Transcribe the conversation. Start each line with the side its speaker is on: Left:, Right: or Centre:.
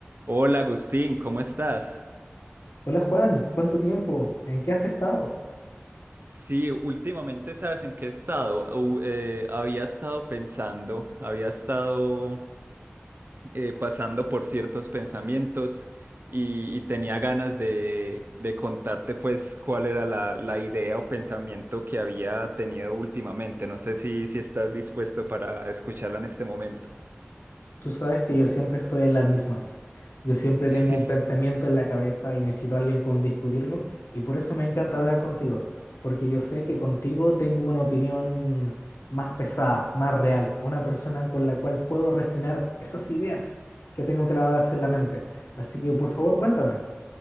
Right: Hola Agustín, ¿cómo estás?
Left: Hola Juan, ¿cuánto tiempo? ¿En qué has estado?
Right: Sí, últimamente sabes en qué he estado. U- eh, había estado pensando, había estado eh, pasando por ciertos pensamientos y, y tenía ganas de, de contarte pues cuál era la, la idea o pensamiento que había tenido últimamente. No sé si, si estás dispuesto para escucharla en este momento.
Left: Tú sabes que yo siempre estoy en las mismas. Yo siempre tengo
Right: <laughs>
Left: un pensamiento en la cabeza y necesito a alguien con discutirlo y por eso me encanta hablar contigo, porque yo sé que contigo tengo una opinión más pesada, más real, una persona con la cual puedo refinar esas ideas que tengo clavadas en la mente. Así que por favor cuéntame.